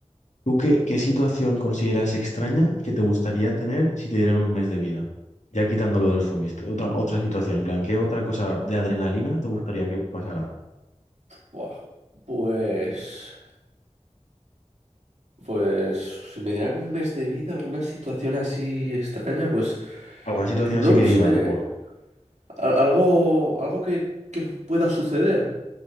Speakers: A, on the left; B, on the right.
A: ¿tú qué, qué situación consideras extraña que te gustaría tener si te dieran un mes de vida? Ya quitando lo de los zombies, otra, otra situación, en plan, ¿qué otra cosa de adrenalina te gustaría que pasara?
B: Buah. Pues... Pues si me dieran un mes de vida, alguna situación así extraña, pues,
A: ¿Alguna situación
B: pues
A: así
B: no lo
A: que digas,
B: sé.
A: buah?
B: Al- algo algo que, que pueda suceder.